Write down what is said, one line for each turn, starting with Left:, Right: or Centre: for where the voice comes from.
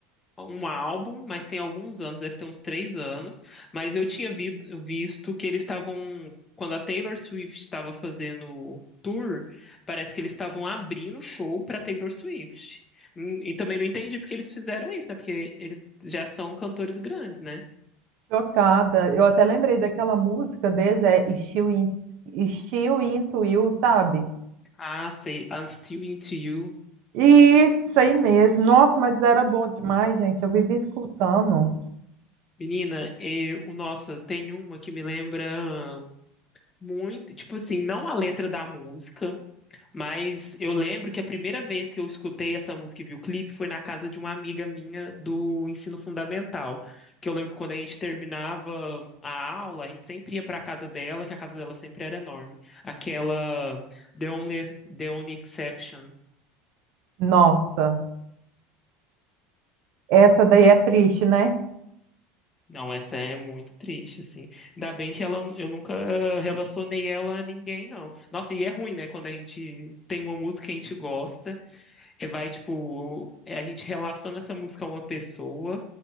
Left: um álbum, mas tem alguns anos, deve ter uns três anos. Mas eu tinha vi- visto que eles estavam, quando a Taylor Swift estava fazendo tour, parece que eles estavam abrindo show para Taylor Swift. Hum, E também não entendi porque eles fizeram isso, né? Porque eles já são cantores grandes, né?
Right: Chocada. Eu até lembrei daquela música deles, é Still In, Still Into You, sabe?
Left: Ah, sei, I'm Still Into You.
Right: Isso aí mesmo. Nossa, mas era bom demais, gente. Eu vivi escutando.
Left: Menina, e, o- nossa, tem uma que me lembra muito, tipo assim, não a letra da música, Mas eu lembro que a primeira vez que eu escutei essa música e vi o clipe foi na casa de uma amiga minha do ensino fundamental. Que eu lembro que quando a gente terminava a aula, a gente sempre ia para a casa dela, que a casa dela sempre era enorme. Aquela The Only, The Only Exception.
Right: Nossa, essa daí é triste, né?
Left: Não, essa é muito triste, assim. Ainda bem que ela, eu nunca eh, relacionei ela a ninguém, não. Nossa, e é ruim, né? Quando a gente tem uma música que a gente gosta. é, vai, tipo, é, a gente relaciona essa música a uma pessoa,